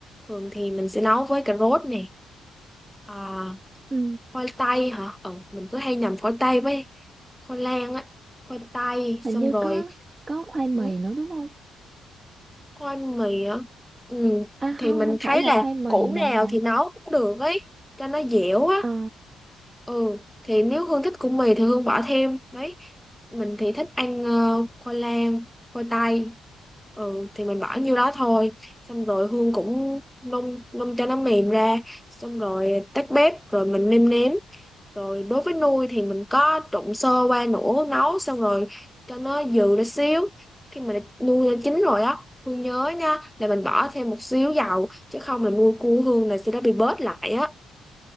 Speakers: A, in the centre; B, on the right.
A: thường thì mình sẽ nấu với cà rốt nè à,
B: Ừ.
A: khoai tây hả ừ, mình cứ hay nhầm khoai tây với khoai lang á khoai tây xong
B: Hình như
A: rồi
B: có có khoai mì
A: ừ,
B: nữa đúng không?
A: khoai mì á ừ,
B: À
A: thì
B: không,
A: mình
B: không phải
A: thấy
B: là
A: là
B: khoai mì
A: củ
B: mà
A: nào
B: là
A: thì nấu cũng được ấy cho nó dẻo á
B: ờ
A: ừ thì nếu Hương thích củ mì thì Hương bỏ thêm đấy mình thì thích ăn ờ, khoai lang khoai tây ừ thì mình bỏ nhiêu đó thôi xong rồi Hương cũng nung nung cho nó mềm ra xong rồi tắt bếp rồi mình nêm nếm rồi đối với nuôi thì mình có trộn sơ qua nữa nấu xong rồi cho nó dừ ra xíu khi mà nuôi nó chín rồi á Hương nhớ nha là mình bỏ thêm một xíu dầu chứ không là nuôi cua Hương là sẽ đã bị bớt lại á